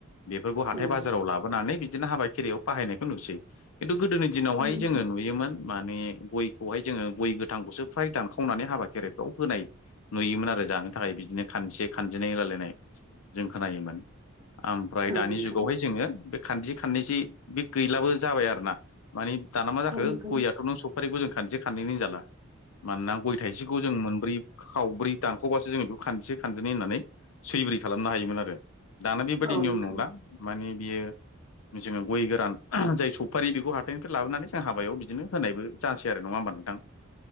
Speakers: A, on the left (about 75°); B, on the right (about 20°).
A: बेफोरखौ हाथाय
B: औ नोंथां औ
A: बाजाराव लाबोनानै बिदिनो हाबा खेराइयाव बाहायनायखौ नुसै खिन्थु गोदोनि दिनावहाय
B: नोंथां
A: जोङो नुयोमोन माने गयखौहाय जोङो गय गोथांखौसो फ्राय दानखावनानै हाबा खेराइफ्राव होनाय नुयोमोन आरो जानो थाखाय बिदिनो खानजे खानजिनै होलायनाय जों खोनायोमोन। ओमफ्राय
B: नंगौ
A: दानि
B: नोंथां
A: जुगावहाय जोङो बे खानजि खाननैसि बे गैलाबो जाबाय आरोना। माने दाना मा जाखो
B: औ नोंथां
A: गयाथ' नों सफारिखौ जों खानदिसे खानदिनै जाला मानोना गय थाइसेखौ जों मोनब्रै खावब्रै दानख'बासो बेखौ खानजिसे खानजिनै होननानै सैब्रै खालामनो हायोमोन आरो। दाना बेबायदि
B: औ
A: नियम
B: नोंथां
A: नंला माने बियो जोङो गय गोरान <unintelligible> जाय सफारि बेखौ हाथाइनिफ्राय लाबोनानै जों हाबायाव बिदिनो होनायबो जासै आरो नङा होमबा नोंथां